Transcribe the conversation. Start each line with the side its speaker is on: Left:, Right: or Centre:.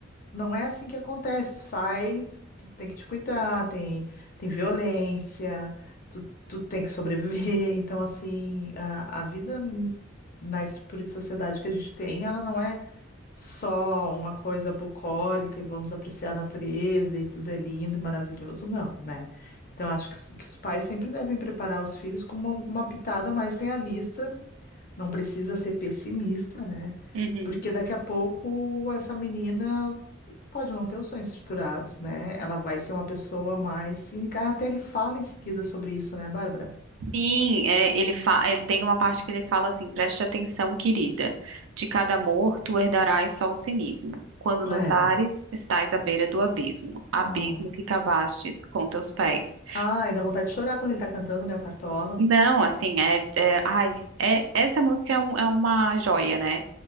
Left: não é assim que acontece. Tu sai, tu, tu tem que te cuidar, tem, tem violência, tu, tu tem que sobreviver. <laughs> Então, assim, a, a vida. n- Na estrutura de sociedade que a gente tem, ela não é só uma coisa bucólica e vamos apreciar a natureza e tudo é lindo e maravilhoso, não, né? Então, acho que, os que os pais sempre devem preparar os filhos com uma, uma pitada mais realista, não precisa ser pessimista, né?
Right: uhum.
Left: Porque daqui a pouco essa menina pode não ter os sonhos estruturados, né? Ela vai ser uma pessoa mais cínica. Até ele fala em seguida sobre isso, né, Bárbara?
Right: Sim, é, ele, fa ele tem uma parte que ele fala assim: preste atenção, querida, de cada amor tu herdarás só o cinismo. Quando
Left: É.
Right: notares, estás à beira do abismo, abismo
Left: Oh.
Right: que cavastes com teus pés.
Left: Ai, dá vontade de chorar quando ele tá cantando, né, o Cartola?
Right: Não, assim, é, é- ai, é, essa música é, um- é uma joia, né?